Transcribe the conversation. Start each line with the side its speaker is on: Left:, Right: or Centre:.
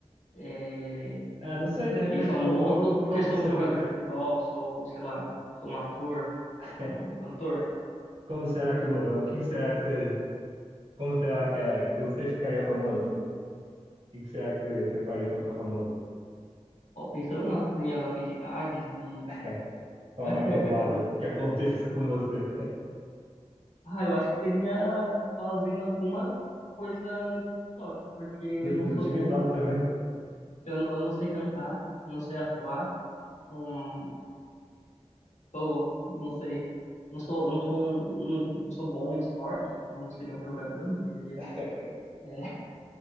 Left: É,
Right: É, não sei, de
Left: fiquei
Right: repente,
Left: famoso
Right: como, como,
Left: porque
Right: como
Left: sou
Right: que você
Left: um jogador
Right: fica.
Left: de futebol, sou, sei lá, sou um ator,
Right: <laughs>
Left: um cantor.
Right: Como será que. vo- O que será que você. Como será que, é, que você ficaria famoso? O que que será que você faria para ficar famoso?
Left: Ó, pensando nas minhas habilidades e...
Right: <laughs> Qual
Left: <laughs>
Right: é o mais provável que aconteça com você?
Left: Ah, eu acho que seria fazendo alguma coisa no TikTok, porque eu
Right: No,
Left: não
Right: no
Left: sou
Right: TikTok
Left: bom,
Right: também?
Left: eu não, eu não sei cantar, não sei atuar. Não, tô, não sei. Não sou, não sou um, não, não sou bom em esporte, então não seria um jogador, não seria.
Right: <laughs>
Left: É, <laughs>